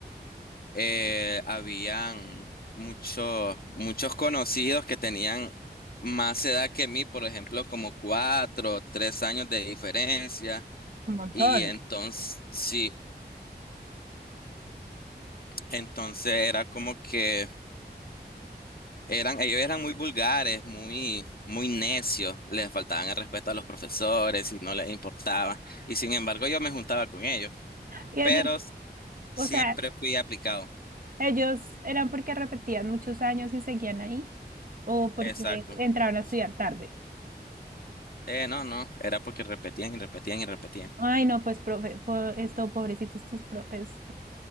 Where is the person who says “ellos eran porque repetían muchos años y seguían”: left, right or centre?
Right